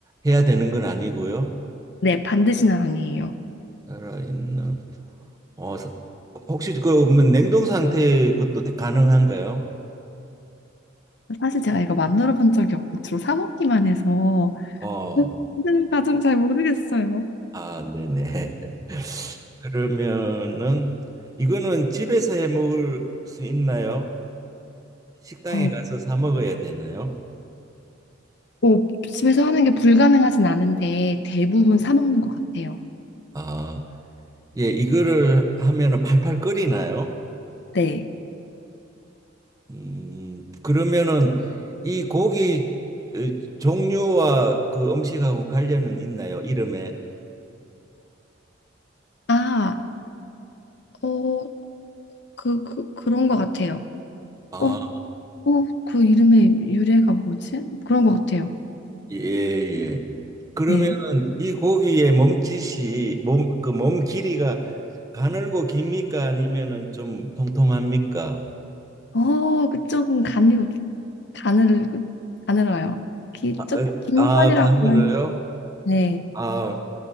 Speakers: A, on the right; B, on the left.
A: 해야 되는 건 아니고요.
B: 네, 반드시는 아니에요.
A: 살아 있는 어 사- 혹시 그뭐 냉동 상태 그것도 가능한가요?
B: 사실 제가 이거 만들어 본 적이 없고 주로 사 먹기만 해서
A: 어.
B: 만드는 과정 잘 모르겠어요.
A: 아, 네네. <laughs> 그러면은 이거는 집에서 해 먹을 수 있나요? 식당에
B: 어,
A: 가서 사 먹어야 되나요?
B: 뭐 집에서 하는 게 불가능하진 않은데 대부분 사 먹는 것 같아요.
A: 아. 예, 이거를 하면은 팔팔 끓이나요?
B: 네.
A: 음, 그러면은 이 고기 어, 종류와 그 음식하고 관련은 있나요? 이름에?
B: 아, 어, 그, 그, 그런 것 같아요.
A: 아,
B: 어, 어, 그 이름의 유래가 뭐지? 그런 것 같아요.
A: 예, 예. 그러면은
B: 네.
A: 이 고기의 몸짓이 몸, 그 몸 길이가 가늘고 깁니까? 아니면은 좀 통통합니까?
B: 어, 그쪽은 가늘고 가늘, 가늘어요. 기,
A: 아,
B: 쪽, 긴
A: 아,
B: 편이라고
A: 가늘어요?
B: 할, 네.
A: 아,